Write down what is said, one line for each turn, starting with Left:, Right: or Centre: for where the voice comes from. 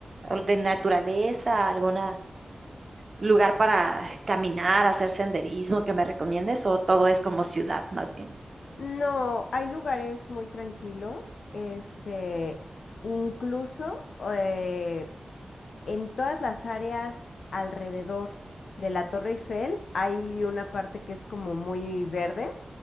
Right: o de naturaleza, algún lugar para caminar, hacer senderismo que me recomiendes o todo es como ciudad más bien?
Left: No, hay lugares muy tranquilos, este, incluso, eh, En todas las áreas alrededor de la Torre Eiffel hay una parte que es como muy verde.